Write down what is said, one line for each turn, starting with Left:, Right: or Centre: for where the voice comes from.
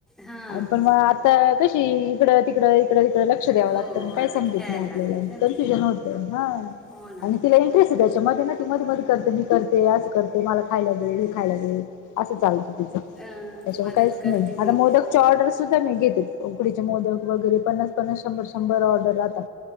Centre: हां
Left: आणि पण मग कशी इकडं तिकडं इकडं तिकडं लक्ष द्यावं लागतं
Centre: हो
Left: मग काय
Centre: आता
Left: समजेल
Centre: खेळायला
Left: आपलं आपल्याला
Centre: लागली ना
Left: कन्फ्युजन
Centre: ती
Left: होत ह
Centre: हो ना
Left: आणि तिला इंटरेस्ट आहे त्याच्यामध्ये मध्ये मध्ये करते मी करते असं करते ते मला खायला दे हे खायला दे असं चालतं तिचं त्याच्यामुळे
Centre: अ मदत
Left: काहीच
Centre: करते
Left: नाही आता
Centre: ती
Left: मोदक चे ऑर्डर सुद्धा मी घेते उकडीचे मोदक वगैरे पन्नास-पन्नास शंभर-शंभर ऑर्डर आता